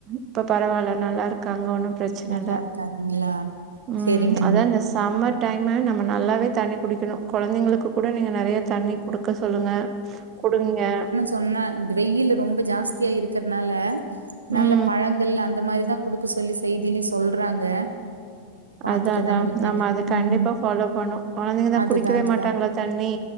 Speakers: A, on the right; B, on the right.
A: இப்ப பரவால்ல நல்லா இருக்காங்க ஒன்னு பிரச்சன
B: நல்லா
A: இல்ல
B: இருக்காருங்களா
A: ம்
B: செரிங்க அண்ணி
A: அதா இந்த ஸ் சம்மர் டைமு நம்ம நல்லாவே தண்ணி குடிக்கணு கொழந்தைங்களுக்கு கூட நீங்க நெறையா தண்ணி குடுக்க சொல்லுங்க குடுங்கெ
B: சொன்னா இந்த வெயிலு ரொம்ப ஜாஸ்தியா இருக்கிறனால நல்ல
A: ம்
B: பழங்கள் அந்த மாரிதா குடுக்க சொல்லி செய்திலயு சொல்றாங்க பாத்துட்டுதா
A: அதா அதா
B: இருக்கே
A: நம்ம அத கண்டிப்பா
B: ம்
A: ஃபாலோ பண்ணு கொழந்தைங்க தா
B: அதுதா
A: குடிக்கவே
B: அதுதா
A: மாட்டாங்கள தண்ணி